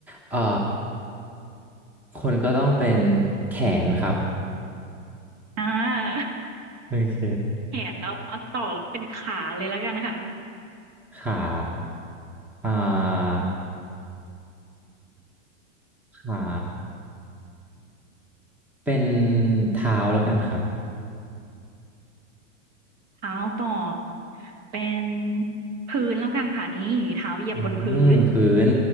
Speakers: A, in the centre; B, on the right (about 40°).
A: เอ่อ คนก็ต้องเป็นแขนครับ
B: อา <laughs>
A: โอเค
B: แขนแล้วเอาต่อเป็นขาเลยแล้วกันค่ะ
A: ขาอ่าขา เป็นเท้าแล้วกันครับ
B: เท้าต่อเป็นพื้นแล้วกันค่ะนี่เท้าเหยียบบนพื้น
A: อืมพื้น